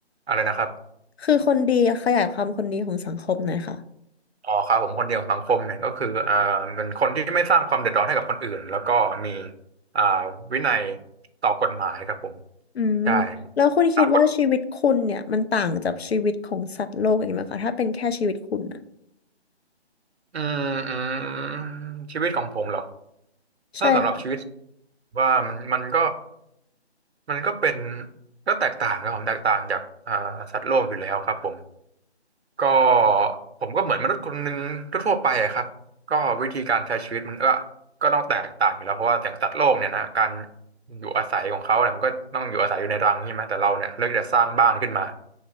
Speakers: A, on the right; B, on the left.
A: อะไรนะครับ
B: คือคนดีขยายความคนดีของสังคมหน่อยค่ะ
A: อ๋อครับผมคนเดียวสังคมเนี่ยก็คืออ่าเป็นคนที่ไม่สร้างความเดือดร้อนให้กับคนอื่นแล้วก็มีอ่าวินัยต่อกฎหมายครับผม
B: อืม
A: ใช่
B: แล้วคุณคิดว่าชีวิตคุณเนี่ยมันต่างจากชีวิตของสัตว์โลกอย่างนี้ไหมคะถ้าเป็นแค่ชีวิตคุณนะ
A: สากลอืมอืมชีวิตของผมเหรอ
B: ใช่ค่ะ
A: ถ้าสำหรับชีวิตว่ามันมันก็มันก็เป็นก็แตกต่างครับผมแตกต่างจากอ่าสัตว์โลกอยู่แล้วครับผม ก็ผมก็เหมือนมนุษย์คนหนึ่งทั่วๆไปอะครับก็วิธีการใช้ชีวิตมันก็ก็ต้องแตกต่างอยู่แล้วเพราะว่าอย่างสัตว์โลกเนี่ยนะการอยู่อาศัยของเขาเนี่ยมันก็ต้องอยู่อาศัยอยู่ในรังใช่ไหมแต่เราเนี่ยเลือกจะสร้างบ้านขึ้นมา